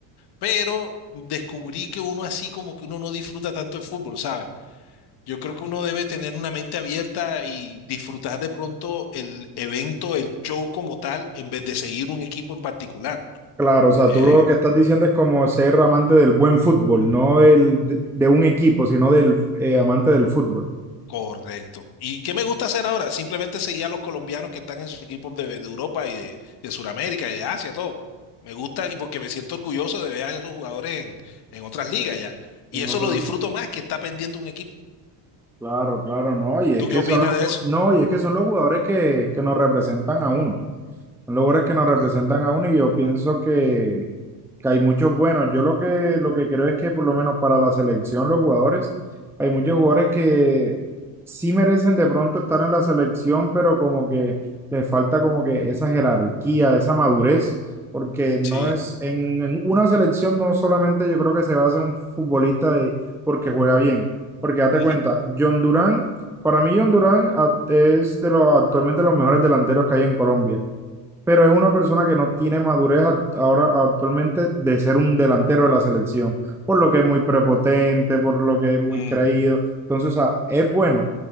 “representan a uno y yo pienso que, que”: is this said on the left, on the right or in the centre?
Centre